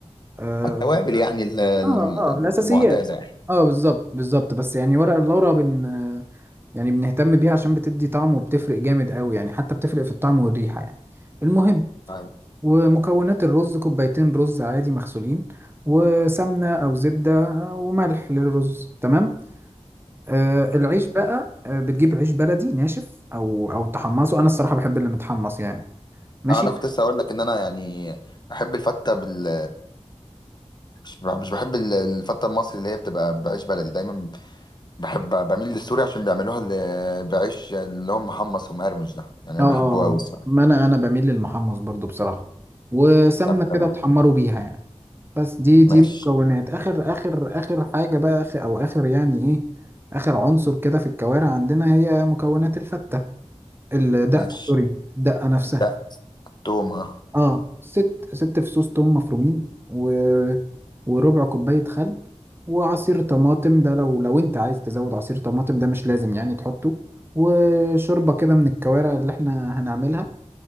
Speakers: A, on the right (about 20°); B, on the left (about 40°).
A: اه
B: التوابل يعني ال- ال-
A: اه, آه الأساسيات
B: المعتاده يعني
A: اه بالظبط بالظبط بس يعني ورق اللورا بن يعني بنهتم بيها عشان بتدي طعم وبتفرق جامد قوي يعني حتى بتفرق في الطعم والريحة يعني المهم
B: طيب.
A: ومكونات الرز كوبايتين رز عادي مغسولين وسمنة أو زبدة وملح للرز تمام آه، العيش بقى آه، بتجيب عيش بلدي ناشف او او تحمصه انا الصراحه بحب اللي متحمص يعني ماشي
B: آه، انا كنت لسه اقول لك ان انا يعني احب الفته بال مش مش بحب ال- الفته المصري اللي هي بتبقى بعيش بلدي دايما بحب بميل للسوري عشان بيعملوها اللي بعيش اللي هو محمص ومقرمش ده يعني
A: اه
B: انا
A: آه،
B: بحبه قوي الصراحه
A: ما انا انا بميل للمحمص برضو بصراحه وسمنه
B: طب تمام
A: كده تحمروا بيها يعني بس دي دي
B: ماشي
A: مكونات اخر اخر اخر حاجه بقى اخر او اخر يعني ايه اخر عنصر كده في الكوارع عندنا هي مكونات الفته الدقه
B: ماشي
A: سوري الدقه نفسها
B: ده تومه
A: اه ست ست فصوص توم مفرومين و... وربع كوباية خل وعصير طماطم ده لو لو انت عايز تزود عصير طماطم ده مش لازم يعني تحطه وشوربة كده من الكوارع اللي احنا هنعملها